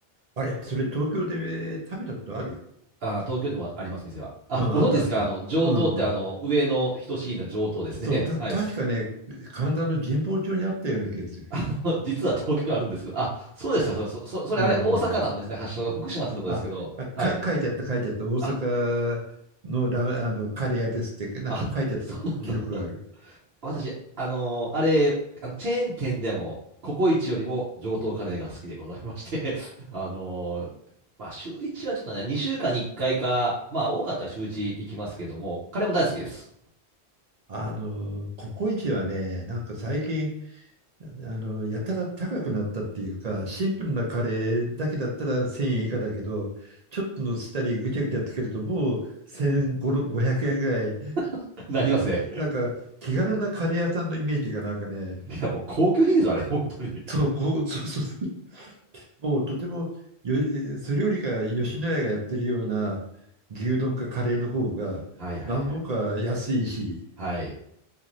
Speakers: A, on the right; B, on the right.
A: あれ、それ東京で食べたことあるよ。
B: あ、東京でもあります、店は。あ、
A: うん、
B: ご存知ですかあの、
A: あったあった。
B: 上等ってあの、
A: うんうん。
B: 上の等しいの上等ですね。
A: そう、た、
B: <laughs> はい。
A: 確かね、神田の神保町にあったような気がする。
B: あの実は東京にはあるんですけど、あ、そうですか。それ、そ、そそれあれ、
A: うんうんうん。
B: 大阪なんですね。発祥が福島ってとこですけど。
A: あ、あか、
B: はい。
A: 書いてあった、書いてあった。大阪のラ、
B: あ、
A: あの、カレー屋ですって、なんか書いてあった記記憶がある。
B: あ、そうなんだ。私、あのーあれ、あのチェーン店でも、ココイチよりも上等カレーが好きでございまして、<laughs> あのーまあ、週1はちょっとね、2週間に1回かいか、まあ、多かったら週1行きますけども、カレーも大好きです。
A: あの、ココイチはね、なんか最近、あの、やたら高くなったっていうか、シンプルなカレーだけだったら1000円以下だけど、ちょっとのせたりぐちゃぐちゃつけると、もう1500円ぐらい、
B: <laughs> なりますね。
A: えーなんか気軽なカレー屋さんのイメージがなんかね、
B: いや、もう高級品です、あれ、本当に。
A: そう、こう、そうそうそう <laughs> もうとてもよ、それよりか吉野家がやってるような牛丼かカレーの方が何本か安いし、
B: はいはいはい。はい。